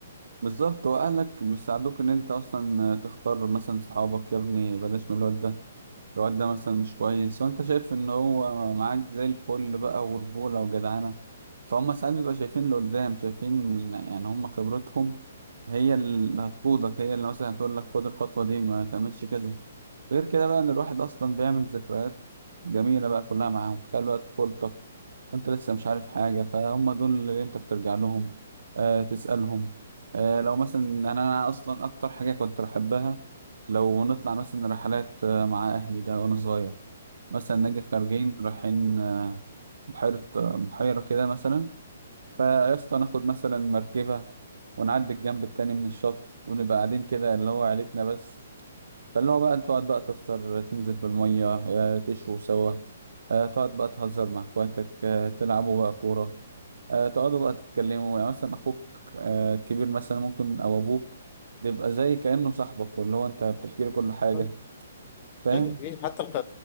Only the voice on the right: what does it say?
بالظبط واهلك بيساعدوك ان انت اصلا تختار مثلا صحابك يا ابني بلاش من الواد ده الواد ده مثلا مش كويس وانت شايف ان هو معاك زي الفل بقى ورجولة وجدعنة فهم ساعات بيبقى شايفين اللي قدام شايفين يعني هم خبرتهم هي اللي هتقودك هي اللي مثلا هتقول لك خد الخطوة دي ما تعملش كذا غير كده بقى ان الواحد اصلا بيعمل ذكريات جميلة بقى كلها معاهم تخيل بقى طفولتك انت لسه مش عارف حاجة فهم دول اللي انت بترجع لهم آه تسألهم آه لو مثلا انا أنا اصلا اكتر حاجة كنت بحبها لو نطلع مثلا رحلات آه، مع أهلي ده وأنا صغير مثلا نجي خارجين رايحين آه، بحيرة آه، بحيرة كده مثلا فيا اسطى ناخد مثلا مركبة ونعدي الجنب التاني من الشط ونبقى قاعدين كده اللي هو عيلتنا بس فاللي هو بقى تقعد بقى تفطر تنزل في المية آه، تشوي سوا آه، تقعد بقى تهزر مع اخواتك آه، تلعبوا بقى كورة آه، تقعدوا بقى تتكلموا يعني مثلا أخوك آه، الكبير مثلا ممكن أو أبوك بيبقى زي كأنه صاحبك واللي هو أنت بتحكي له كل حاجة
فاهم